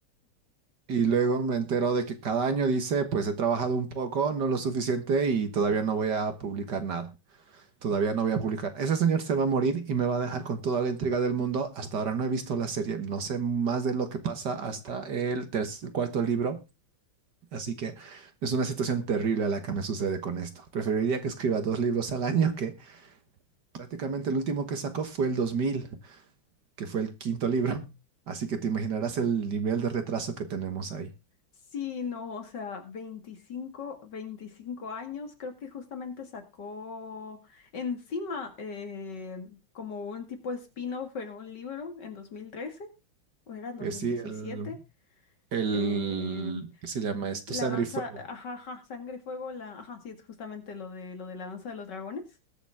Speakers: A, on the right; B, on the left.
A: Y luego me entero de que cada año dice, pues he trabajado un poco, no lo suficiente y todavía no voy a publicar nada. Todavía no voy a publicar. Ese señor se va a morir y me va a dejar con toda la intriga del mundo. Hasta ahora no he visto la serie, no sé más de lo que pasa hasta el, terc- el cuarto libro. Así que es una situación terrible a la que me sucede con esto. Preferiría que escriba dos libros al año, que prácticamente el último que sacó fue el 2000, que fue el quinto libro. Así que te imaginarás el nivel de retraso que tenemos ahí.
B: Sí, no, o sea, veinticinco veinticinco años, creo que justamente sacó encima eh, como un tipo spin-off en un libro en 2013 o era en 2017,
A: Eh, sí, el, el,
B: eh,
A: ¿qué se llama esto?
B: la
A: Sangre
B: danza,
A: y fuego.
B: ajá, ajá, Sangre, Fuego, la, ajá, sí, es justamente lo de, lo de la danza de los dragones,